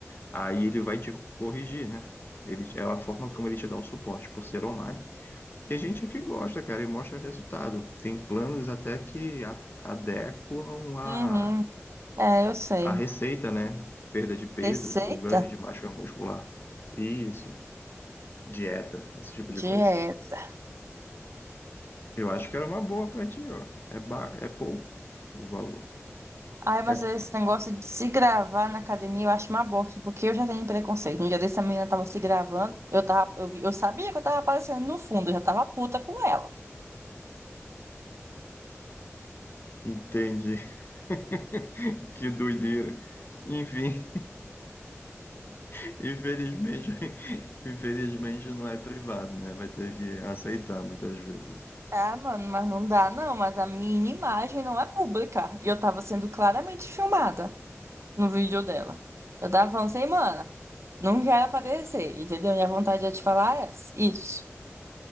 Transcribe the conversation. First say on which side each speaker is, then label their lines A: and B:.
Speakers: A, on the left; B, on the right.
A: Aí ele vai te corrigir, né? Ele, é a forma como ele te dá o suporte, por ser online. Tem gente que gosta, cara, e mostra resultado. Tem planos até que a- adequam a,
B: Uhum. É, eu sei.
A: a receita, né? Perda de peso
B: Receita?
A: ou ganho de massa muscular. Isso, dieta, esse tipo
B: Dieta.
A: de coisa. Eu acho que era uma boa pra ti, ó. É, ba... é pouco o valor.
B: Ai, mas
A: É-
B: esse negócio de se gravar na academia eu acho uma bosta, porque eu já tenho preconceito. Um dia desse a menina tava se gravando, eu tava, eu, vi- eu sabia que eu tava aparecendo no fundo, eu já tava puta com ela.
A: Entendi. <laughs> Que doideira. Enfim, <laughs> infelizmente, <laughs> infelizmente não é privado, né? Vai ter que aceitar muitas vezes.
B: Ah, mano, mas não dá não, mas a minha imagem não é pública. E Eu tava sendo claramente filmada no vídeo dela. Eu tava falando assim, mana, não quero aparecer, entendeu? Minha vontade é te falar é essa, isso.